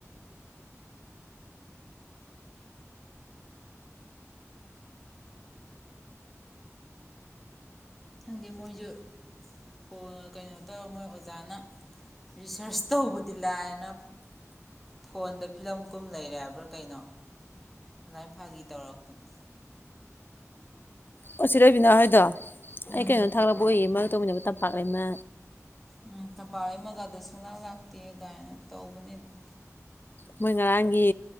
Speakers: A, in the centre; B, on the left (about 40°).
A: ꯈꯪꯗꯦ ꯃꯣꯏꯖꯨ ꯐꯣꯟ ꯀꯩꯅꯣ ꯇꯧꯔꯒ ꯃꯣꯏ ꯑꯣꯖꯥꯅ ꯔꯤꯁꯥꯔꯁ ꯇꯧꯕꯗꯤ ꯂꯥꯏꯑꯅ ꯐꯣꯟꯗ ꯐꯤꯂꯝ ꯀꯨꯝ ꯂꯩꯔꯦ ꯍꯥꯏꯕ꯭ꯔꯥ ꯀꯩꯅꯣ ꯑꯗꯨꯃꯥꯏꯅ ꯐꯥꯒꯤ ꯇꯧꯔꯛꯄꯅꯤ
B: ꯑꯣ ꯆꯦ ꯔꯕꯤꯅꯥ ꯍꫭꯏꯗꫭ
A: ꯎꯝ
B: ꯑꯩ ꯀꯩꯅꯣ ꯊꯥꯛꯂꯛꯄ ꯑꯣꯏꯌꯦ ꯃꯔ ꯇꯧ ꯃꯤꯅꯕ ꯇꯝꯄꯥꯛ ꯂꯩꯃꯥ
A: ꯎꯝ ꯇꯝꯄꯥꯛ ꯂꯩꯃꯒꯗ ꯁꯨꯡꯂꯥꯛ ꯂꯥꯛꯇꯦ ꯒꯥꯏꯅ ꯇꯧꯕꯅꯦ ꯑꯗꯨꯝ
B: ꯃꯣꯏ ꯉꯔꯥꯡꯒꯤ